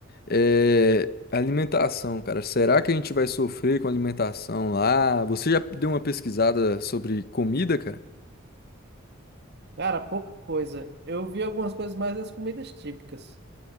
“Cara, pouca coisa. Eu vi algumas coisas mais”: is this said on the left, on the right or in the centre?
Right